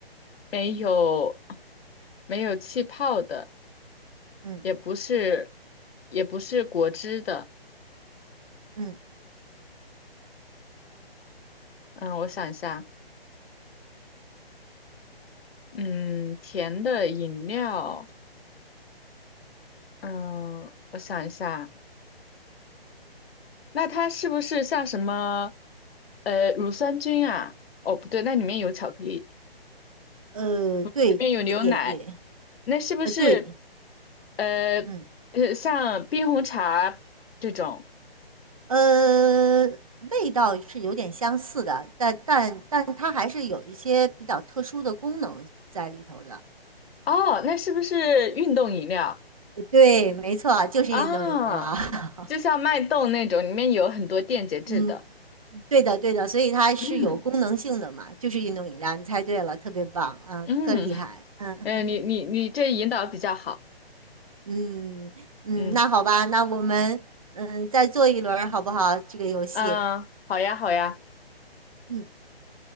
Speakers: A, on the left; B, on the right.
A: 没有没有气泡的，
B: 嗯
A: 也不是也不是果汁的。
B: 嗯，
A: 嗯，我想一下，嗯，甜的饮料。嗯，我想一下，那它是不是像什么，呃，乳酸菌啊？哦，不对，那里面有巧克力，
B: 呃，对，
A: 里面有牛奶，
B: 也也也，
A: 那是不是，
B: 呃，对，
A: 呃，
B: 嗯
A: 呃，像冰红茶这种？
B: 呃，味道是有点相似的，但但但它还是有一些比较特殊的功能在里头的。
A: 哦，那是不是运动饮料
B: 呃对，没错，就是运动饮料。
A: 啊？
B: <laughs>
A: 就像脉动那种，里面有很多电解质的。
B: 嗯，对的，对的，所以它是有功能性的嘛，
A: 嗯
B: 就是运动饮料，你猜对了，特别棒啊，
A: 嗯，
B: 特厉害，嗯。
A: 呃，你你你这引导比较好。
B: 嗯嗯，
A: 嗯
B: 那好吧，那我们嗯再做一轮儿好不好？这个游戏，
A: 啊，好呀好呀，
B: 嗯